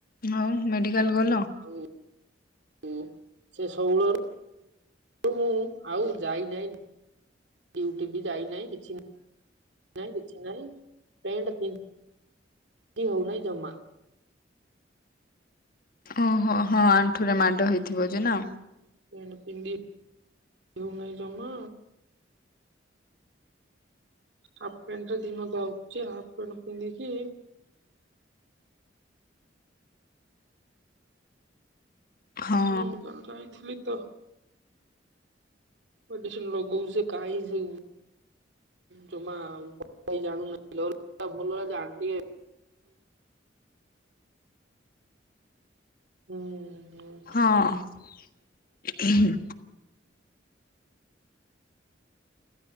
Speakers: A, on the left; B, on the right.
A: ଆଉ ମେଡିକାଲ୍ ଗଲ?
B: ଆଉ ଉ ସେ ସଉଳର <unintelligible> ଆଉ ଯାଇ ନେଇଁ ଡିଉଟି ବି ଯାଇ ନେଇଁ କିଛି ନା ନାଇଁ କିଛି ନାଇଁ ପେଣ୍ଟ ପି ନ୍ଧି ହଉନାହିଁ ଜମା।
A: ଓହୋ ହଁ ଆଣ୍ଠୁରେ ମାଡ଼ ହେଇଥିବ ଯେ ନା।
B: ପେଣ୍ଟ ପିନ୍ଧି ହେଉନାହିଁ ଜମା। ହାଫ୍ ପେଣ୍ଟ୍ ରେ ଦିନ ଯାଉଚି ହାଫ୍ ପେଣ୍ଟ୍ ପିନ୍ଧିକି।
A: ହଁ
B: ମୁଁ କଣ ଖାଇଥିଲି ତ? ମେଡିସିନ୍ ଲଗୋଉଚେ କାଇଁ ସେ ଜମା ବଟ୍ ଭାଇ ଜାଣୁ ନଥିଲେ। <unintelligible> ହୁଁ ହୁଁ।
A: ହଁ। ଉଁ ହୁଁ।